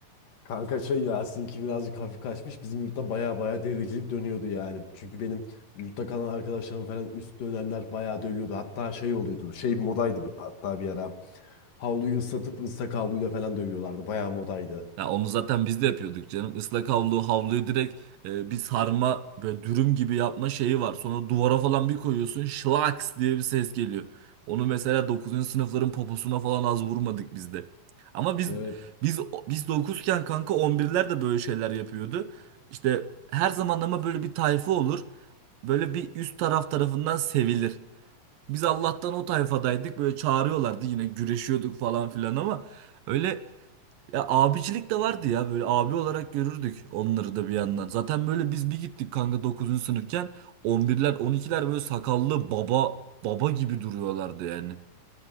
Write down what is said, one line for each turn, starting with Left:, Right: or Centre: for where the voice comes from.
Left: Kanka şey ya sizinki birazcık hafif kaçmış. Bizim yurtta baya baya devrecilik dönüyordu yani. Çünkü benim yurtta kalan arkadaşlarım falan üst dönemler baya dövüyordu. Hatta şey oluyordu. Şey modaydı bir- hatta bir ara. Havluyu ıslatıp ıslak havluyla falan dövüyorlardı. Baya modaydı.
Right: Ya onu zaten biz de yapıyorduk canım. Islak havlu, havluyu direkt e, bir sarma böyle dürüm gibi yapma şeyi var. Sonra duvara falan bir koyuyorsun şlaks diye bir ses geliyor. Onu mesela dokuzuncu sınıfların poposuna falan az vurmadık biz de. Ama biz
Left: Evet
Right: biz biz dokuzken kanka 11'ler de böyle şeyler yapıyordu. İşte her zaman ama böyle bir tayfa olur. Böyle bir üst taraf tarafından sevilir. Biz Allah'tan o tayfadaydık. Böyle çağırıyorlardı yine güreşiyorduk falan filan ama öyle ya abicilik de vardı ya böyle abi olarak görürdük onları da bir yandan. Zaten böyle biz bir gittik kanka 9. sınıfken 11'ler 12'ler böyle sakallı baba baba gibi duruyorlardı yani.